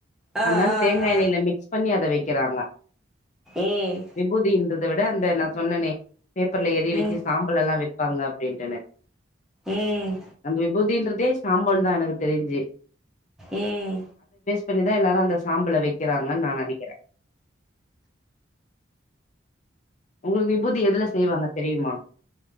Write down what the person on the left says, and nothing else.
அதனால்
தேங்காய்
எண்ணெயில மிக்ஸ் பண்ணி அதை வைக்கிறாங்க
விபூதின்றது அதை விட அந்த நான் சொன்னேனே பேப்பர்ல எறிவிச்சு
சாம்பல் எல்லாம் வ இருப்பாங்க வேண்டான
அந்த விபூதின்றது இதே சாம்பல் தான் எனக்கு தெரிஞ்சு
பண்ணிதான் எல்லாரும் அந்த சாம்பளை வைக்கிறாங்கு நின்னகிறேன் உங்களுக்கு விபதி எதுல செய்வாங்க தெரியுமா